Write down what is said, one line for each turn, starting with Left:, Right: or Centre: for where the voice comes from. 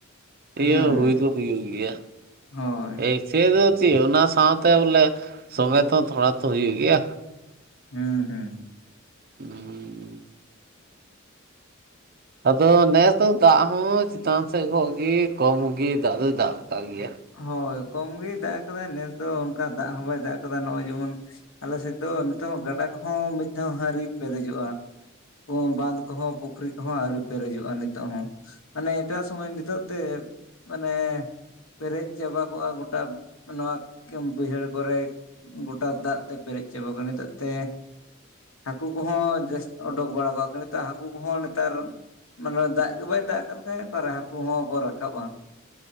Left: ᱦᱮᱸ
Right: ᱤᱭᱟᱹ ᱦᱩᱭ ᱫᱚ ᱦᱩᱭᱩᱜ ᱜᱮᱭᱟ,
Left: ᱦᱳᱭ
Right: <unintelligible> ᱫᱚ ᱪᱮᱫ ᱚᱱᱟ ᱥᱟᱶᱛᱮ ᱵᱚᱞᱮ, ᱥᱚᱸᱜᱮ ᱛᱮᱦᱚᱸ ᱛᱷᱚᱲᱟ ᱛᱚ ᱦᱩᱭᱩᱜ ᱜᱮᱭᱟ᱾
Left: ᱦᱩᱸ ᱦᱩᱸ᱾
Right: <inaudible> ᱟᱫᱚ ᱱᱮᱥ ᱫᱚ ᱫᱟᱜ ᱦᱚᱸ ᱪᱮᱛᱟᱱ ᱥᱮᱫ ᱠᱷᱚᱡ ᱜᱮ ᱠᱚᱢ ᱜᱮ ᱫᱟᱜ ᱫᱚ ᱫᱟᱜ ᱠᱟᱜ ᱜᱮᱭᱟ᱾
Left: ᱦᱳᱭ ᱠᱚᱢ ᱜᱮᱭ ᱫᱟᱜ ᱟᱠᱟᱫᱟ ᱱᱮᱥ ᱫᱚ ᱚᱝᱠᱟ ᱫᱟᱜ ᱦᱚᱸ ᱵᱟᱭ ᱫᱟᱜ ᱟᱠᱟᱫᱟ ᱱᱚᱜᱼᱚᱭ ᱡᱮᱢᱚᱱ ᱟᱞᱮ ᱥᱮᱫ ᱫᱚ ᱱᱤᱛᱚᱜ ᱜᱟᱰᱟ ᱠᱚᱦᱚᱸ ᱢᱤᱫ ᱫᱷᱟᱣ <unintelligible> ᱟᱹᱣᱨᱤ ᱯᱮᱨᱮᱡᱚᱜᱼᱟ᱾ <unintelligible> ᱵᱟᱸᱫ ᱠᱚᱦᱚᱸ, ᱯᱩᱠᱷᱨᱤ ᱠᱚᱦᱚᱸ ᱟᱹᱣᱨᱤ ᱯᱮᱨᱮᱡᱚᱜᱼᱟ ᱱᱤᱛᱚᱜ ᱦᱚᱸ᱾ ᱢᱟᱱᱮ ᱮᱴᱟᱜ ᱥᱚᱢᱚᱭ ᱱᱤᱛᱚᱜ ᱛᱮ ᱢᱟᱱᱮ ᱯᱮᱨᱮᱡ ᱪᱟᱵᱟ ᱠᱚᱜᱼᱟ ᱜᱚᱴᱟ ᱱᱚᱣᱟ <inaudible> ᱵᱟᱹᱭᱦᱟᱹᱲ ᱠᱚᱨᱮ᱾ ᱜᱚᱴᱟ ᱫᱟᱜ ᱛᱮ ᱯᱮᱨᱮᱡ ᱪᱟᱵᱟ ᱠᱚᱣᱟ ᱱᱤᱛᱟᱜ ᱛᱮ, ᱦᱟᱹᱠᱩ ᱠᱚᱦᱚᱸ ᱡᱟᱹᱥᱛᱤ ᱚᱰᱚᱠ ᱵᱟᱲᱟ ᱠᱚᱜ ᱱᱤᱛᱚᱜ ᱦᱟᱹᱠᱩ ᱠᱚᱦᱚᱸ ᱱᱮᱛᱟᱨ, ᱢᱟᱱᱮ ᱫᱟᱜ ᱜᱮ ᱵᱟᱭ ᱫᱟᱜ ᱠᱟᱱ ᱠᱷᱟᱡ ᱦᱟᱹᱠᱩ ᱦᱚᱸᱠᱚ ᱨᱟᱠᱟᱵᱟᱼᱟ᱾